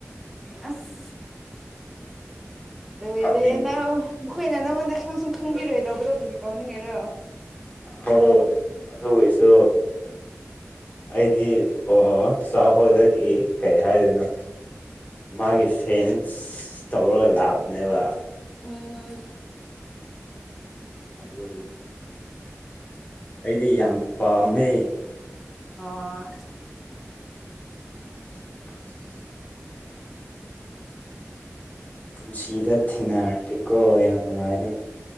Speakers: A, in the centre; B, on the left (about 30°).
A: ꯑꯁ ꯂꯣꯏꯔꯦ
B: ꯀꯞꯅꯤꯡ
A: ꯅꯪ ꯃꯈꯣꯏꯅ ꯅꯪꯉꯣꯟꯗ ꯁꯨꯝ ꯈꯪꯕꯤꯔꯣꯏꯗꯧꯕ ꯗꯣꯛꯇꯔꯒꯤ ꯇꯧꯅꯤꯡꯉꯦꯔꯣ
B: ꯍ ꯑꯗꯨ ꯑꯣꯏꯁꯨ ꯑꯩꯗꯤ ꯑꯣ ꯁꯥꯥꯎ ꯍꯣꯗ ꯀꯩ ꯍꯥꯏꯗꯣꯏꯅꯣ ꯃꯥꯒꯤ ꯐꯦꯟꯁ ꯇꯧꯔꯒ ꯂꯥꯛꯄꯅꯦꯕ
A: ꯎꯝ
B: ꯑꯗꯨ ꯑꯩꯗꯤ ꯌꯥꯝ ꯄꯥꯥꯝꯃꯦ
A: ꯑꯣ
B: <unintelligible> ꯄꯨꯟꯁꯤꯗ ꯊꯦꯡꯅꯔꯗꯤꯀꯣ ꯌꯥꯝ ꯅꯨꯡꯉꯥꯏꯗꯣꯏꯅꯦ